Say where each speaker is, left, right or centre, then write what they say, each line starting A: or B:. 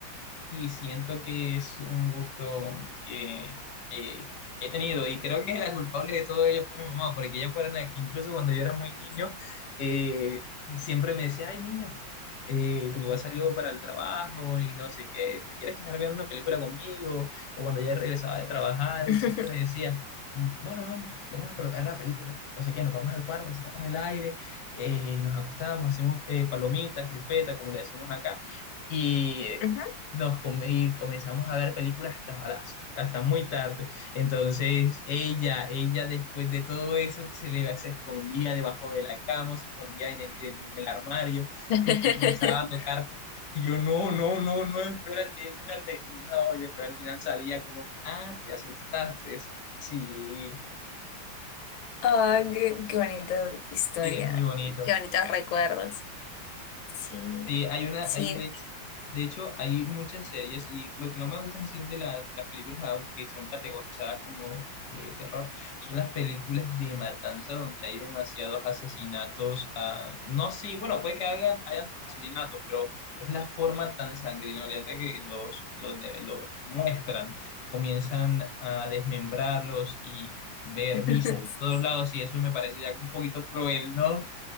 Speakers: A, on the left; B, on the left.
A: Y siento que es un gusto que eh, he tenido y creo que la culpable de todo ello fue mi mamá, porque ella fue la que incluso cuando yo era muy niño, eh, siempre me decía, ay niño, eh, tu papá salió para el trabajo y no sé qué, ¿te quieres quedar viendo una película conmigo? O cuando ya regresaba de trabajar,
B: <laughs>
A: y siempre me decía, bueno mami, vamos a colocar la película, no sé qué, nos vamos al cuarto, encendemos el aire, eh, nos acostamos, hacemos eh, palomitas, crispetas, como le decimos acá. Y eh,
B: Ujú.
A: nos com- y comenzamos a ver películas hasta las- hasta muy tarde. Entonces, ella, ella después de todo eso se le se escondía debajo de la cama, se escondía en el, en el armario
B: <laughs>
A: y me comenzaba a tocar. Y yo, no, no, no, no, espérate, espérate. Y No, y después al final salía como que, ah, te asustaste. Sí,
B: Ah, qué, qué bonita historia
A: sí, es muy bonito.
B: y qué bonitos recuerdos. Sí,
A: Sí, hay una,
B: sí,
A: hay de, de hecho, hay muchas series y lo que no me gusta así de la- las películas, aunque son categorizadas como de terror, son las películas de matanza donde hay demasiados asesinatos. ah, no, sí, bueno, puede que hagan, hayan asesinatos, pero es la forma tan sanguinolenta que los, los, de- los muestran. Comienzan a desmembrarlos y ver
B: <laughs>
A: visas por todos lados y eso me parece ya un poquito cruel, ¿no?